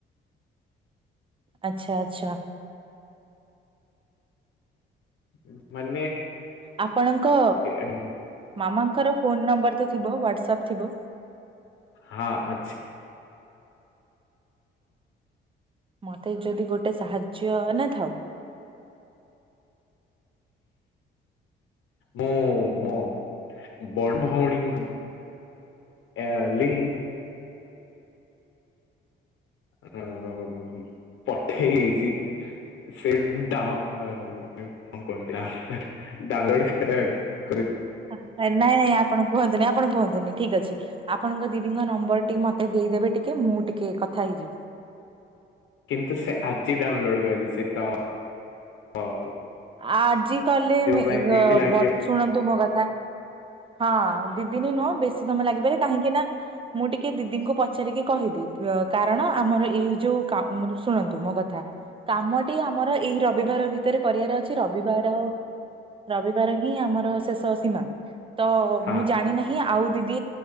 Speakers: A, on the right; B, on the left.
A: ଆଚ୍ଛା ଆଚ୍ଛା।
B: ଏ ମାନ
A: ଆପଣଙ୍କ
B: ଉଁ,
A: ମାମାଙ୍କର ଫୋନ ନମ୍ବର। ତ ଥିବ ୱାଟ୍ସାପ୍ ଥିବ।
B: ହଁ ଅଛି।
A: ମତେ ଯଦି ଗୋଟେ ସାହାଯ୍ୟ ନା ଥାଉ।
B: ମୁଁ ମୋ ବଡ ଭଉଣୀଙ୍କ ଅ ଲିଙ୍କ୍ ଅଁ ପଠେଇ ଦେଇଛି। ସେ ଡାଁ କଣ କୁହନ୍ତି? ଡାଉନଲୋଡ୍ କରିଆକୁ।
A: ନାଇଁ ନାଇଁ ଆପଣ କୁହନ୍ତୁନି ଆପଣ କୁହନ୍ତୁନି। ଠିକ ଅଛି ଆପଣଙ୍କ ଦିଦିଙ୍କ ନମ୍ବର ଟିକେ ମତେ ଦେଇଦେବେ ଟିକେ ମୁଁ ଟିକେ କଥା ହେଇଯିବି।
B: କିନ୍ତୁ ସେ ଆଜି ଡାଉନଲୋଡ କରିଛି ତ ହ।
A: ଆଜି କଲେ ମେ-ର-ବ
B: ପାଇଁ ଦି ଦିନ ଲାଗିବ
A: ଶୁଣନ୍ତୁ ମୋ କ <inaudible> ହଁ ଦିଦିନି ନୁହଁ ବେଶୀ ସମୟ ଲାଗିପାରେ କାହିଁକି ନା ମୁଁ ଟିକେ ଦିଦିଙ୍କୁ ପଚାରିକି କହିବି କାରଣ ଆମର ଏଇ ଯୋଉ କାମ ଶୁଣନ୍ତୁ ମୋ କଥା କାମଟି ଆମର ଏଇ ରବିବାର ଭିତରେ କରିବାର ଅଛି ରବିବାର ରବିବାର ହିଁ ଆମର ଶେଷ ସୀମା। ତ
B: ହଁ
A: ମୁଁ ଜାଣି ନାହିଁ ଆଉ ଦିଦି